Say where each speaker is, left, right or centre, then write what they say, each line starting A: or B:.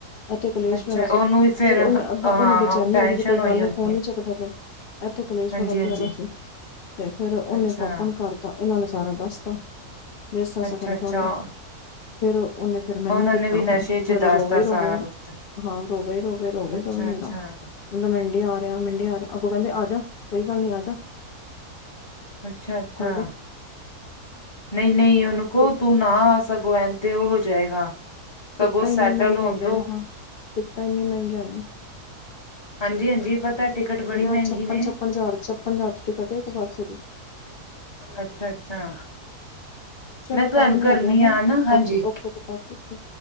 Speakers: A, on the left (about 85°); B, on the left (about 20°).
A: ਏਥੇ ਕਲੇਸ਼
B: ਅੱਛਾ
A: ਪੇਰੇਆ
B: ਉਹਨੂੰ
A: ਸੀ, ਫਿਰ
B: ਵੀ ਫੇਰ
A: ਓਨੇ
B: ਹਾਂ
A: ਏਦਾਂ ਉਨੂ ਬੇਚੈਨੀ
B: ਟੈਸ਼ਨ
A: ਹੋਗੀ ਵੀ ਕੋਈ
B: ਹੋਈ
A: ਗਲ
B: ਉਹਨੂੰ।
A: ਏ ਫੋਨ ਨੀ ਚਕਦੇ ਪੇ ਏਥੇ ਕਲੇਸ਼
B: ਹਾਂਜੀ
A: ਬੜਾ
B: ਹਾਂਜੀ
A: ਪੇਆਦਾ ਸੀ ਤੇ ਫੇਰ ਓਨੇ
B: ਅੱਛਾ
A: ਪਾਪਾ ਨੂ ਕਰਤਾ ਏਨਾਂ ਨੇ ਸਾਰਾ ਦਸਤਾ <unintelligible>
B: ਅੱਛਾ ਅੱਛਾ
A: ਫੇਰ, ਉਨੇ ਫੇਰ ਮੈਨੂ
B: ਉਹਨਾਂ
A: ਕੀਤਾ
B: ਨੇ ਵੀ ਨਸ਼ੇ
A: ਫੇਰ, ਫੇਰ
B: ਚ ਦੱਸਤਾ
A: ਓ ਰੋਵੇ ਈ
B: ਸਾਰਾ
A: ਰੋਵੇ
B: ਕੁਛ
A: ਹਾਂ, ਰੋਵੇ ਈ ਰੋਵੇ, ਰੋਵੇ
B: ਅੱਛਾ
A: ਈ ਰੋਵੇ ਮੁੰਡਾ
B: ਅੱਛਾ
A: ਬਂਦਾ ਮੰਡੇ ਆ ਰੇਆ, ਮੰਡੇ ਆ ਰੇਆ ਅਗੋਂ ਕੈਂਦੇ ਆ ਜਾ, ਕੋਈ ਗਲ ਨੀ ਆਜਾ
B: ਅੱਛਾ, ਅੱਛਾ,
A: ਦੋ
B: ਨਈ, ਨਈ ਓਨੂ
A: ਕਹਿੰਦੀ
B: ਕਓ ਤੂ ਨਾ ਆ ਸਗੋ ਐਨ ਤੇ ਓ ਹੋ ਜਾਏਗਾ ਸਗੋਂ
A: ਟਿਕਟਾਂ ਇਨੀ
B: ਸੈਟਲ
A: ਮੈੰਗੀਆਂ
B: ਹੋਣ
A: ਹੈਗੀਆਂ
B: ਦੋ
A: ਨੇ ਹਾਂ, ਟਿਕਟਾਂ ਇਨੀ ਮੈੰਗੀਆਂ ਨੇ
B: ਹਾਂਜੀ, ਹਾਂਜੀ। ਪਤਾ ਟਿਕਟ ਬੜੀ
A: ਪੰਜਾ,
B: ਮਹਿੰਗੀ
A: ਛੱਪਨ,
B: ਨੇ
A: ਛੱਪਨ ਜ੍ਹਾਰ, ਛੱਪਨ ਜ੍ਹਾਰ ਦੀ ਟਿਕਟ ਏ ਏਕ ਪਾਸੇ ਦੀ
B: ਅੱਛਾ-ਅੱਛਾ
A: ਚਲੋ
B: ਮੈਂ ਤੁਹਾਨੂੰ
A: ਟਾਈਮ
B: ਕਰਨੀ
A: ਹੋ ਗਿਆ ਹ
B: ਆ ਹਨਾ ਹਾਂਜੀ।
A: ਓਕੇ ਓਕੇ